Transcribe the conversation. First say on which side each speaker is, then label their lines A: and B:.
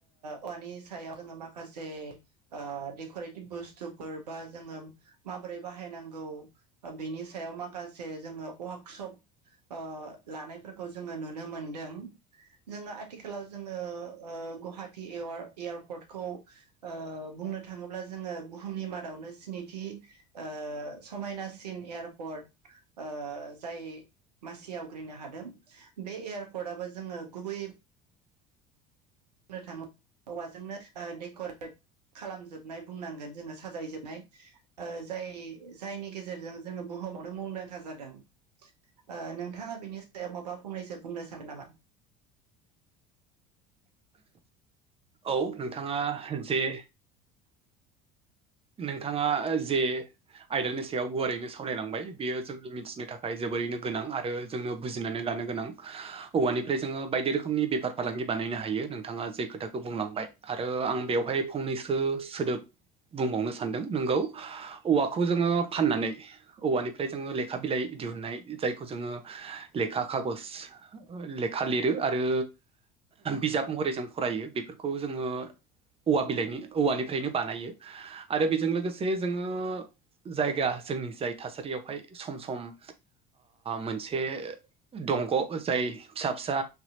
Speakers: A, on the right (about 80°); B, on the right (about 30°).
A: औवानि सायाव जोङो माखासे ओ देक'रेटिभ बुस्थुफोर बा जोङो माबोरै बाहायनांगौ बेनि सायाव माखासे जोङो वार्कशप ओ लानायफोरखौ जोङो नुनो मोनदों। जोङो आथिखालाव जोङो ओ गुवाहाटी एयारपर्टखौ ओ बुंनो थाङोब्ला जोङो बुहुमनि मादावनो स्निथि ओ समायनासिन एयारपर्ट ओ जाय मासि आवग्रिनो हादों बे एयारपर्टआबो जोङो गुबै बुंनो थाङोब्ला औवाजोंनो देक'रेट खालामजोबनाय बुंनांगोन जोङो साजायजोबनाय ओ‌ जाय जायनि गेजेरजों जोङो बुहुमावनो मुंदांखा जादों। ओ नोंथाङा बिनि सायाव माबा फंनैसो बुंनो सानो नामा?
B: औ नोंथाङा जे नोंथाङा जे आयदानि सायाव गुवारैनो सावरायलांबाय बेयो जोंनि मिथिनो थाखाय जोबोरैनो गोनां आरो जोङो बुजिनानै लानो गोनां औवानिफ्राय जोङो बायदि रोखोमनि बेफार फालांगि बानायनो हायो नोंथाङा जे खोथाखौ बुंलांबाय आरो आं बेवहाय फंनैसो सोदोब बुंबावनो सानदों नोंगौ औवाखौ जोङो फाननानै औवानिफ्राय जोङो लेखा बिलाइ दिहुननाय जायखौ जोङो लेखा खागज लेखा लिरो आरो बिजाब महरै जों फरायो बेफोरखौ जोङो औवा बिलाइनि औवानिफ्रायनो बानायो आरो बेजों लोगोसे जोङो जायगा जोंनि जाय थासारियावहाय सम सम मोनसे दंग' जाय फिसा फिसा